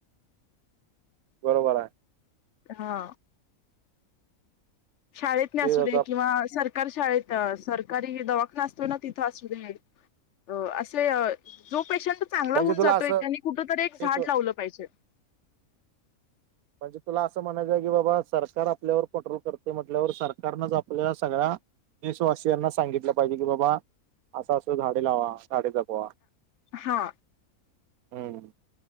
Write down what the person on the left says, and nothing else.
हा शाळेत नाही
असू
दे किंवा सरकारी शाळेत सरकारी दवाखाना असतो ना तिथले असू दे अ असे जो पेशंट चांगला
होऊन
जातोय
त्यांनी कुठ तरी एक
झाड लावलं पाहिजे.
हा